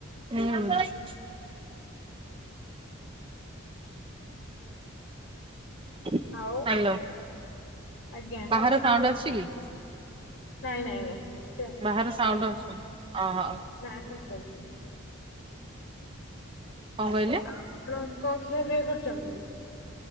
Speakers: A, on the right (about 25°); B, on the left (about 60°).
A: ହୁଁ। ହ୍ୟାଲୋ
B: ଆଉ ଆଜ୍ଞା
A: ବାହାରୁ ସାଉଣ୍ଡ ଆସୁଛି କି।
B: ନାଇଁ ନାଇଁ ନାଇଁ। ଏତେ
A: ବାହରୁ ସାଉଣ୍ଡ ଆସୁନି ଅହ।
B: ନା <unintelligible>
A: କଣ କହିଲେ।
B: <unintelligible> କଣ ଖିଆପିଆ କରିଛନ୍ତି।